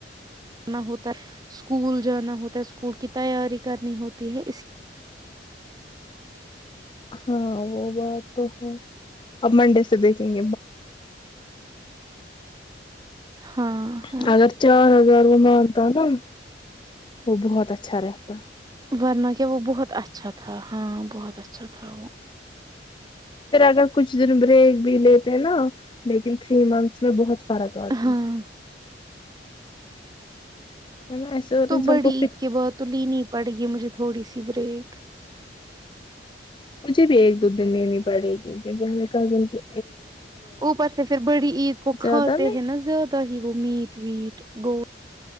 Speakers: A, on the right (about 20°); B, on the left (about 25°).
A: آئی ایس آئی کی وجہ سے سکول جا کر سکول کی تیاری کرنی پڑتی ہے۔
B: <unintelligible> ہم پیر سے تاریخ کی پوری کتاب دیکھیں
A: ہاں
B: گے۔ <unintelligible>
A: ہاں
B: وہ بہت اچھا ہوتا
A: ورنہ کیا، وہ بہت اچھا، بہت اچھا تھا۔
B: <unintelligible> <unintelligible> لیکن تین ماہ میں بہت کچھ مختلف
A: ہاں
B: ہے نا ایسے اور انسان
A: بڑی
B: کو
A: عید
B: پھر
A: کے بعد لینا پڑے گا، تھوڑی دیر بعد لینا پڑے گا۔ <unintelligible>
B: مجھے بھی ایک دو دن لینی پڑے گی کیوکہ ہمیں کال دن گی۔۔
A: اوپر سے پھر بڑی عید کو
B: زیادہ
A: کھاتے
B: میں
A: ہیں نہ زیادہ ہی وہ میٹ ویٹ۔ <unintelligible>